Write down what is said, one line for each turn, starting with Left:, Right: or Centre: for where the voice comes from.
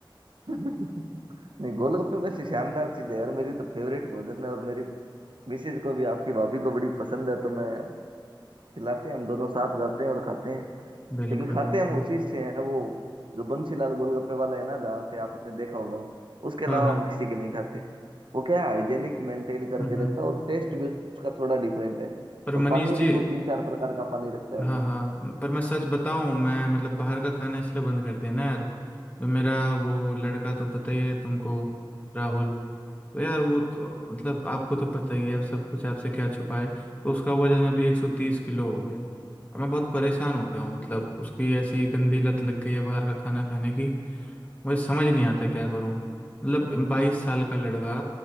Right: <laughs> नहीं गोलगप्पे वैसे शानदार चीज है यार मेरी तो फेवरेट भोजन है और मेरी मिसेज को भी आपकी भाभी को बड़ी पसंद है तो मैं खिलाते हैं हम दोनों साथ जाते हैं और खाते हैं
Left: बिल्कुल
Right: लेकिन खाते
Left: बिल्कुल
Right: हम उसी से हैं वो जो बंसीलाल गोलगप्पे वाला है ना जहाँ से आपने देखा होगा उसके अलावा
Left: हाँ हाँ
Right: हम किसी के नहीं खाते वो क्या है हाइजेनिक मेंटेन करके
Left: हम्म हम्म।
Right: रखता है और टेस्ट भी उसका थोड़ा डिफरेंट है
Left: पर
Right: और
Left: मनीष
Right: पानी
Left: जी
Right: भी वो तीन चार प्रकार का पानी रखता है
Left: हाँ
Right: वो
Left: हाँ पर मैं सच बताऊं मैं मतलब बाहर का खाना इसलिए बंद कर दिया ना यार जो मेरा वो लड़का तो पता ही है तुमको राहुल तो यार वो तो मतलब आपको तो पता ही है अब सब कुछ आपसे क्या छुपा है तो उसका वजन अभी एक सौ तीस किलो हो गया है अब मैं बहुत परेशान हो गया हूँ मतलब उसकी ऐसी गंदी लत लग गई है बाहर का खाना खाने की मुझे समझ नहीं आता क्या करूँ मतलब बाईस साल का लड़का